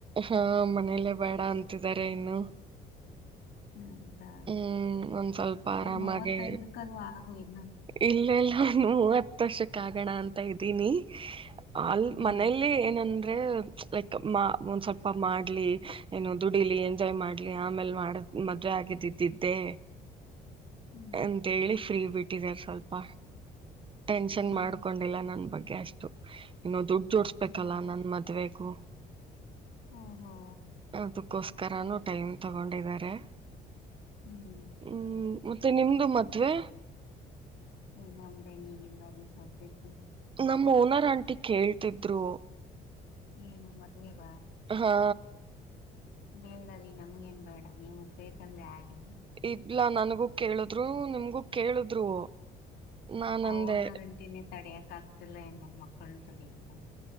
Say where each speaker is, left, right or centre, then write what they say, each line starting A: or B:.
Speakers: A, on the right; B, on the left.
A: ಹಾ ಮನೇಲ್ಲೇ ಬೇಡ ಅಂತಿದ್ದಾರೆ ಇನ್ನು
B: ಹೌದಾ
A: ಹ್ಮ್ ಒಂದ್ ಸ್ವಲ್ಪ ಆರಾಮಾಗೆ
B: ಒಂದ್ ಮೂವತ್ತೈದಕ್ಕ ಅದು ಆಗು ಇನ್ನು
A: ಇಲ್ಲೆಲ್ಲ ಒ ಮೂವತ್ ದಷ ಕಾಗಣ ಅಂತ ಇದ್ದೀನಿ ಅಲ್
B: ಹ್ಮ್
A: ಮನೇಲಿ ಏನಂದ ಲೈಕ್ ಒಂದ್ ಸ್ವಲ್ಪ ಮಾಡ್ಲಿ ಏನೋ ದುಡಿಲಿ ಎಂಜಾಯ್ ಮಾಡ್ಲಿ ಆಮೇಲ್ ಮಾಡದ್ ಮದ್ವೆ ಆಗಿದ ್ದಿದ್ದೆ
B: ಹ್ಮ್
A: ಎಂತೇಳಿ ಫ್ರೀ ಬಿಟ್ಟು ಇಟ್ಟಿದ್ದಾರೆ ಸ್ವಲ್ಪ ಟೆನ್ಷನ್
B: ಹ್ಮ್
A: ಮಾಡ್ಕೊಂಡಿಲ್ಲ ನನ್ ಬಗ್ಗೆ ಅಷ್ಟೆ ಇನ್ನೊ ದು ಜೋಡ್ಸ್ಬೇಕಲ್ಲ
B: ಹ್ಮ್ ಹಾ
A: ನನ್ ಮದ್ವೆಗೂ
B: ಓಹೋ
A: ಆತ ಕಷ್ಟ ಕರನುೂ ಟೈಮ್ ತಗೊಂಡಿದ್ದಾರೆ
B: ಹ್ಮ್
A: ಹ್ಮ್ ಮತ್ತೆ ನಿಮ್ದು ಮತ್ವೆ
B: ಏನೊಮ್ದೇ ನೀ ಈಗಿಲ್ಲ ದ ಸದ್ಯಕ್ಕೆ
A: ನಮ್ಮ್ ಓನರ್ ಆಂಟಿ ಕೇಳ್ತಿದ್ರು
B: ಈಏ ನಮ್ಮದ್ೇಗ
A: ಹಾ
B: ಬೇಡ ರೀ ನಮ್ಗ ನ್ ಬೇಡ ನೀವುಗ್ ಬೇಕಂದ್ರೆ ಆಗಿ
A: ಇಲಾ ನನ್ಗೂ ಕೇಳಿದ್ರು ನಿಮ್ಗೂ ಕೇಳಿದ್ರು ನಾನಂದೆ
B: ಆ ಓನರ್ಂಟಿನೇ ತಡಿಯಕ್ ಆಗ್ತಿಲ್ಲ ಏನ ಮಕ್ಕಳನು ತಡಿಯುತ್ತ